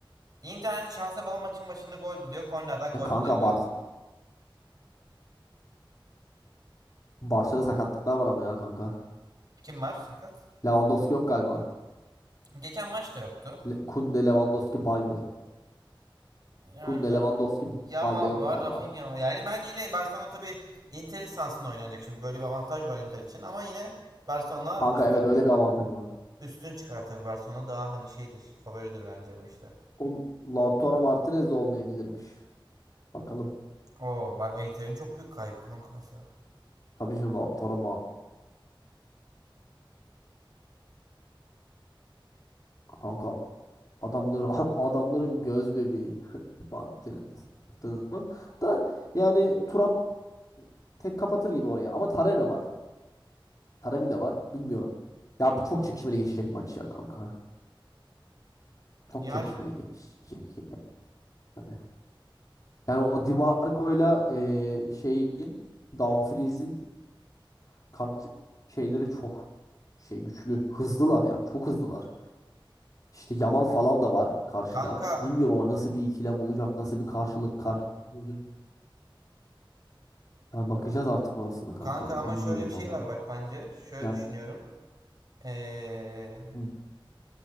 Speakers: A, on the right; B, on the left.
A: Inter hani şansa bala maçın başında gol buluyor. Kornerden gol
B: E kanka
A: buluyor biraz.
B: Bar Barça'da sakatlıklar var ama ya kanka.
A: Kim var sakat?
B: Lewandowski yok galiba.
A: Geçen maç da yoktu.
B: Le Kunde, Lewandowski, Balde.
A: Yani
B: Kunde, Lewandowski,
A: Yamal
B: Balde yok
A: var,
B: galiba.
A: Rafinha var. Yani ben yine Barcelona tabii Inter'in sahasında oynanacak şimdi. Böyle bir avantaj var Inter için ama yine Barcelona
B: Kanka
A: üstün
B: evet öyle bir avantajı var.
A: üstün çıkar tabii. Barcelona daha hani şeydir, favoridir bence o işte.
B: O Lautaro Martinez de olmayabilirmiş. Bakalım.
A: Oo, Inter'in çok büyük kaybı kanka mesela.
B: Tabii canım Lautaro Martinez. Kanka adamları <laughs> adamların göz bebeği Martinez. Baktığın zaman da yani Turam tek kapatır gibi oraya. Ama Taremi var. Taremi de var. Bilmiyorum. Ya bu çok çekişmeli geçecek maç ya kanka. çok
A: Yani
B: çekişmeli geçecek yani. Yani o DiMarco'yla e, şeyin Dumfries'in kanat şeyleri çok şey güçlü. Hızlılar yani. Çok hızlılar. İşte Yamal falan da var karşıda.
A: kanka
B: Bilmiyorum ama nasıl bir ikilem olacak, nasıl bir karşılık karşılık olacak. Yani bakacağız artık orasını kanka
A: Kanka
B: yani.
A: ama
B: Bilmiyorum
A: şöyle bir şey
B: vallahi.
A: var bak bence. Şöyle
B: Yani
A: düşünüyorum. Ee,
B: hı,